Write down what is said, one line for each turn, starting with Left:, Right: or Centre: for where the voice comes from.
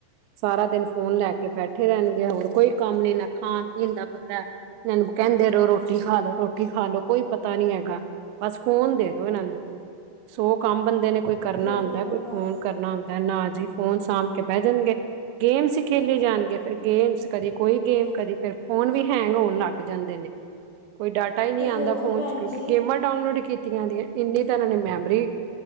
Right: ਸਾਰਾ ਦਿਨ ਫੋਨ ਲੈ ਕੇ ਬੈਠੇ ਰਹਿਣਗੇ, ਹੋਰ ਕੋਈ ਕੰਮ ਨੀ ਨਾ। ਖਾਣ -ਪੀਣ ਦਾ ਪਤਾ। ਇਹਨੂੰ ਕਹਿੰਦੇ ਰਹੋ ਰੋਟੀ ਖਾ ਲੋ, ਰੋਟੀ ਖਾ ਲੋ, ਕੋਈ ਪਤਾ ਨੀ ਹੈਗਾ। ਬਸ ਫੋਨ ਦੇ ਦੋ ਇਹਨਾਂ ਨੂੰ, ਸੌ ਕੰਮ ਬੰਦੇ ਨੇ ਕੋਈ ਕਰਨਾ
Left: ਵੇਖ
Right: ਹੁੰਦਾ,
Left: ਲੋ
Right: ਕੋਈ
Left: ਬਸ
Right: ਫੋਨ ਕਰਨਾ ਹੁੰਦਾ। ਨਾ ਜੀ, ਫੋਨ ਸਾਂਭ ਕੇ ਬਹਿ ਜਾਣਗੇ, ਗੇਮਸ ਹੀ ਖੇਲੇ ਜਾਣਗੇ, ਫਿਰ ਗੇਮਸ ਕਦੀ ਕੋਈ ਗੇਮ ਕਦੇ, ਫੇਰ ਫੋਨ ਵੀ ਹੈਂਗ ਹੋਣ ਲੱਗ ਜਾਂਦੇ ਨੇ। ਕੋਈ ਡਾਟਾ ਹੀ ਨਹੀਂ
Left: ਤੇ
Right: ਆਉਂਦਾ
Left: ਹੋਰ
Right: ਫੋਨ
Left: ਭੈਣ
Right: ਚ' ਕਿਉਂਕਿ
Left: ਜੀ
Right: ਗੇਮਾਂ ਡਾਊਨਲੋਡ ਕੀਤੀਆਂ ਦੀਆਂ ਨੇ। ਇੰਨੀ ਤਨਾਂ ਨੇ ਮੈਮਰੀ